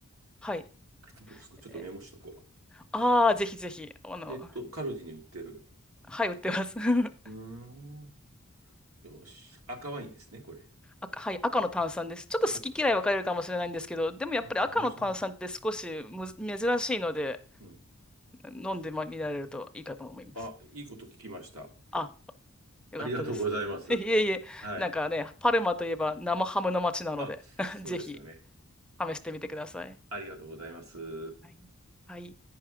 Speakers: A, in the centre; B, on the right (about 80°).
A: はい。
B: ランブルスコ。ちょっとメモしとこ
A: ーああー、ぜひぜひ。あの、
B: う。えっと、カルディに売ってる。
A: はい、売ってます。<laughs>
B: うーん。よし。赤ワインですね、これ。
A: 赤、はい、赤の炭酸です。ちょっと好き嫌い分かれるかもしれないんですけど、
B: 分かった。
A: でもやっぱり赤の炭酸って少しむず珍しいので、
B: わかん炭酸。うん。
A: 飲んでまみられるといいかと思います。
B: あ、いいこと聞きました。
A: あ、よかったです。
B: ありがとうございます。
A: <laughs> いえいえ、
B: はい。
A: なんかね、パルマといえば生ハムの街なので
B: あ、
A: <laughs>
B: そうですよね。
A: ぜひ試してみてください。
B: ありがとうございます。
A: はい。はい